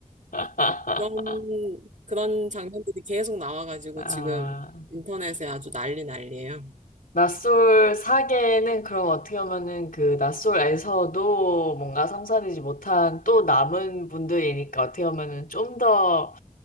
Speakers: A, on the left (about 85°); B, on the right (about 60°).
A: <laughs>
B: 그런 그런 장면들이 계속 나와가지고
A: 아,
B: 지금 인터넷에 아주 난리 난리예요.
A: 낯솔 사계는 그럼 어떻게 보면은 그 낯솔에서도 뭔가 성사되지 못한 또 남은 분들이니까 어떻게 보면은 좀 더,